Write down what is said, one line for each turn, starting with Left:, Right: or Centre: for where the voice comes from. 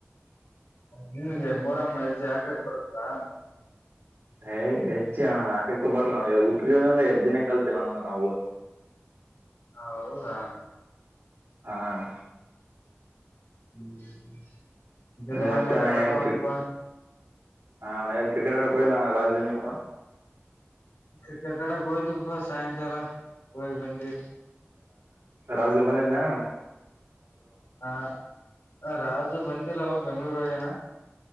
Left: ನಿಿನಗೆ ಮರಮ್ಮ ಅಜ್ಜಿ ಹಾಕಕ್ ಬರುತ್ತಾ
Right: ಏ್ ಹೆಜ್ಜಿಯಣ ಆಕಕ್ಕೆ ಬರ್ಲ ಉಟ್ಟಿಂದ ಹೆಜ್ಜಿನೇ ಕಲ್ತಿಲ್ಲಣ ನಾವು <inaudible>
Left: ಹೌದಾ
Right: ಹಾ ಅಣ್ಣ
Left: ಹ್ಮ್ ಜನಂಗ
Right: ಮತ್ತೆ
Left: ಮಾಡಿ
Right: ಅಣ್ಣ
Left: ಆರಾಮಾಗಪ
Right: ಏನ್ ಕ್ರಿಕೆಟ್ ಹಾ ನಾನಿನ್ ಕ್ರಿಕೆಟ್ ಅಡಕ್ ಹೋಗಿಲ್ಲಣ್ಣ ರಾಜ್ ವಿನ್ <inaudible>
Left: ಕಕ್ರಿಕೆಟ್ ಅಡಕ್ ಹೋಗಿದಪ್ಪಾ ಸಾಯಂಕಾಲ ಹೋಗ್ ಬಂದೀವಿ
Right: ರಾಜ ಬಂದಿದ್ನ ಏನಣ್ಣ
Left: ಹ ರಾಜು ಬಂದಿಲ್ಲ ಅವ ಬೆಂಗ್ಳೂರಾಗೇನ